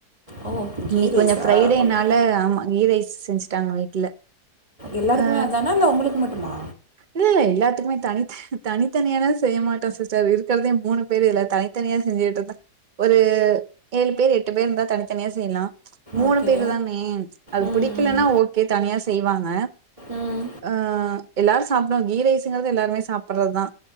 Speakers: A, on the right; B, on the right.
A: ஓ
B: இன்னிக்கு
A: கீ ரைஸா
B: கொஞ்ச ஃப்ரைடேனால
A: ஓகே
B: ஆமா கீ ரைஸ் செஞ்சுட்டாங்க வீட்ல
A: எல்லாருக்குமே
B: ஆ
A: அதானா இல்ல உங்களுக்கு மட்டுமா
B: இல்ல இல்ல எல்லாத்துக்குமே தனித்த தனித்தனியாளா செய்ய மாட்டோ சிஸ்டர் இருக்றதே மூணு பேரு இதுல தனித்தனியா செஞ்சுட்டுருந்தா ஒரு ஏழு பேர் எட்டு பேர்ந்தா தனித்தனியா செய்யலாம் மூணு
A: ஓகே
B: பேரு தானே அது
A: ம்
B: புடிக்கலன்னா
A: ம்
B: ஓகே தனியா செய்வாங்க
A: ம்
B: ஆ எல்லாரும் சாப்டுவும் கீ ரைசுங்கிறது எல்லாருமே சாப்றதுதா